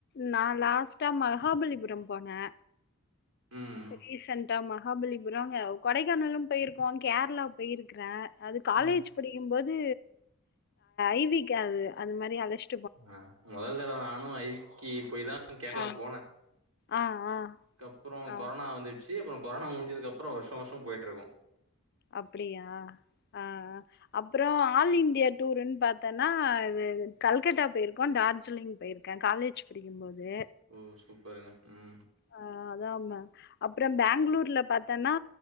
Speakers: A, on the left; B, on the right.
A: நா லாஸ்ட்டா மகாபல்லிபுரம் போனே
B: ம்
A: ப்ப ரீசண்டா மகாபல்லிபுரம் கொடைக்கானலு போயிருக்கோ கேர்ளா போயிருக்குறே அது காலேஜ்
B: ம்
A: படிக்கும்போது ஐவீக்கா அது அந்மாரி அழச்
B: ஆ மொதல் தடவ நானு ஐவீக்கி போய் தா கேர்ளா
A: ஆ
B: போனே
A: ஆ ஆ
B: அப்றோ
A: ஆ
B: கொரோனா வந்துர்ச்சு அப்றோ கொரோனா முட்ஞ்சதுக்கப்றோ வர்ஷோ வர்ஷோ போயிட்ருக்கோ
A: அப்டியா ஆ அப்றோ ஆல் இந்தியா டூருன் பாத்தோன்னா இது கல்கத்தா போயிருக்கோ டார்ஜிலிங் போயிரு க்கே காலேஜ் படிக்குபோது
B: ஓ சூப்பருங்க ம்
A: ஆ அதா மா அப்றோ பெங்களூர்ல பாத்தன்னா